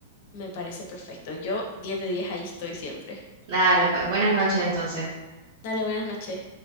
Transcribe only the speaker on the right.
Dale, pues buenas noches entonces.